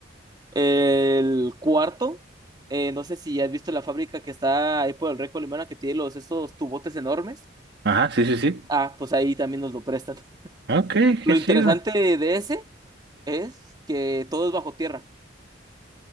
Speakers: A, on the right; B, on the right.
A: El cuarto, eh, no sé si has visto la fábrica que está ahí por el Reco Alemana que tiene los, esos tubotes enormes.
B: Ajá, sí, sí, sí.
A: Ah, pues ahí también nos lo prestan. <laughs>
B: Ok,
A: Lo
B: qué
A: interesante
B: chido.
A: de ese es que todo es bajo tierra.